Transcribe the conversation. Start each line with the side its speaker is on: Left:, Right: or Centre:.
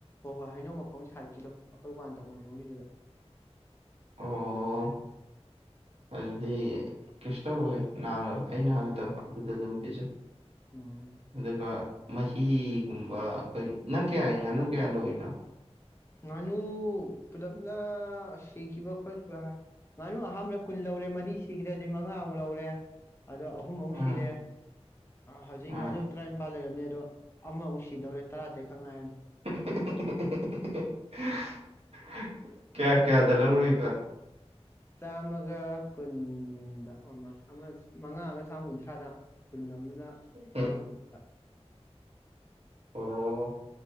Left: ꯍꯣꯏ ꯍꯣꯏ ꯍꯩꯅꯧ ꯃꯈꯣꯡ ꯁꯥꯏꯠꯀꯤꯗꯣ ꯑꯩꯈꯣꯏ ꯋꯥꯟ ꯇꯧ ꯃꯣꯏꯉꯒꯤꯗꯨꯗ
Right: ꯑꯣ ꯑꯗꯨꯗꯤ ꯀꯩꯁꯨ ꯇꯧꯔꯣꯏ ꯅꯥꯔꯣꯏ ꯑꯩ ꯅꯥꯒꯗ ꯑꯗꯨꯗ ꯑꯗꯨꯝ ꯄꯤꯖꯩ
Left: ꯎꯝ
Right: ꯑꯗꯨꯀ ꯃꯍꯤꯒꯨꯝꯕ ꯑꯩꯈꯣꯏ ꯅꯪ ꯀꯌꯥ ꯉꯥꯅꯨ ꯀꯌꯥ ꯂꯣꯏꯅꯣ
Left: ꯉꯥꯅꯨ ꯄꯨꯂꯞꯅ ꯁꯤꯈꯤꯕ ꯈꯣꯠꯈꯤꯕ ꯉꯥꯅꯨ ꯑꯍꯥꯟꯕ ꯀꯨꯟ ꯂꯧꯔꯦ ꯑ ꯁꯤꯈ꯭ꯔꯦ ꯑꯗꯨꯗꯤ ꯃꯉꯥꯃꯨꯛ ꯂꯧꯔꯦ ꯑꯗꯣ ꯑꯍꯨꯝ ꯃꯨꯛ
Right: ꯑꯥ
Left: ꯁꯤꯔꯦ ꯍꯧꯖꯤꯛ
Right: ꯑꯥ
Left: ꯉꯥꯅꯤꯨ ꯇꯔꯥꯅꯤꯄꯥꯜ ꯂꯩꯔꯦ ꯑꯗꯣ ꯑꯃꯃꯨꯛ ꯁꯤꯗꯧꯔꯦ ꯇꯔꯥ ꯇꯔꯦꯠꯈꯛ ꯉꯥꯏꯔꯅꯤ
Right: <unintelligible> ꯀꯌꯥ ꯀꯌꯥꯗ ꯂꯧꯔꯤꯕ
Left: ꯆꯥꯝꯃꯒ ꯀꯨꯟꯗ ꯑꯣ ꯑꯃ ꯑꯃ ꯃꯉꯥ ꯑꯃ ꯆꯥꯝꯃ ꯀꯨꯟꯊ꯭ꯔꯥꯗ ꯈꯨꯨꯟ ꯑꯃꯅ
Right: ꯎꯝ
Left: ꯆꯥꯝ ꯈꯨꯨꯠꯇ
Right: ꯑꯣ